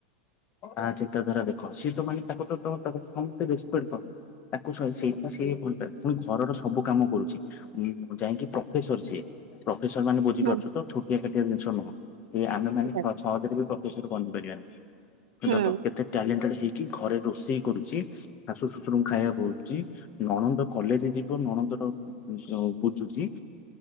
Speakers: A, on the left (about 40°); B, on the right (about 80°).
A: ଆ ଚିନ୍ତାଧାରା ଦେଖ, ସେ ତ ମାନେ ତାକୁ ତ-ତ-ତ ସମସ୍ତେ ରେସ୍ପେକ୍ଟ କରନ୍ତି। ତାକୁ ସେଇଟା ସିଏ ଭଲ ପାଏ, ପୁଣି ଘରର ସବୁ କାମ କରୁଛି ଯାଇକି ପ୍ରଫେସର ସିଏ। ପ୍ରଫେସର ମାନ
B: ହୁଁ
A: ବୁଝିପାରୁଛୁ ତ, ଛୋଟିଆ କାଟିଆ ଜିନିଷ ନୁହଁ, ଏ ଆମେ ମାନେ
B: ହୁଁ
A: ସହଜରେ ବି ପ୍ରଫେଶର ବନି ପାରିବାନି,
B: ହୁଁ
A: ସେ ତ କେତେ ଟ୍ୟାଲେଣ୍ଟେଡ ହେଇକି ଘରେ ରୋଷେଇ କରୁଛି। ଶାଶୁ, ଶ୍ୱଶୁରଙ୍କୁ ଖାଇବା ଦଉଛି, ନଣନ୍ଦ କଲେଜ ଜି ଯିବ, ନଣନ୍ଦର ଉଁ ବୁଝୁଛି।